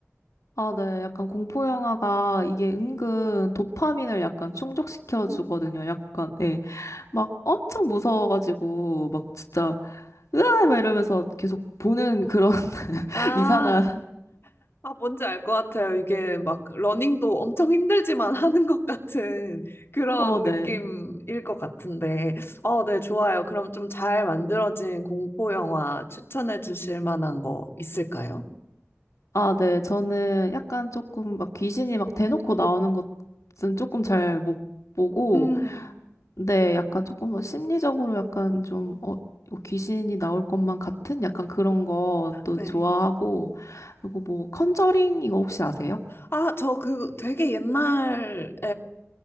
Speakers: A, on the left; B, on the left.
A: 아, 네. 약간 공포 영화가 이게 은근 도파민을 약간 충족시켜 주거든요.
B: 음?
A: 약간 예. 막 엄청 무서워가지고 막 진짜 으아 막 이러면서 계속 보는 그런 <laughs>
B: 아,
A: 이상한
B: 아, 뭔지 알 것 같아요. 이게 막 러닝도 엄청 힘들지만 <laughs> 하는 것 같은 그런
A: 어, 네.
B: 느낌일 것 같은데. 어, 네, 좋아요. 그럼 좀 잘 만들어진 공포 영화 추천해 주실 만한 거 있을까요?
A: 아, 네. 저는 약간 조금 막 귀신이 막 대놓고 나오는 것은 조금 잘 못 보고,
B: 음,
A: 근데 약간 조금 뭐 심리적으로 약간 좀, 어, 이거 귀신이 나올 것만 같은 약간 그런 것도
B: 네.
A: 좋아하고, 그리고 뭐 컨저링 이거 혹시 아세요?
B: 아, 저 그 되게 옛날에